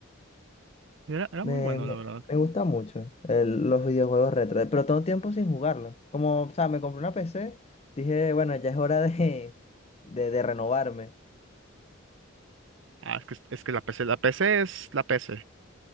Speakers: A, on the right; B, on the left.
A: Era, era
B: Me,
A: muy bueno,
B: me,
A: la verdad.
B: me gusta mucho el- los videojuegos retro, pero todo tiempo sin jugarlo. Como, o sea, me compré una PC, dije, bueno, ya es hora de, de, de renovarme.
A: Ah, es que, es que la PC, la PC es la PC.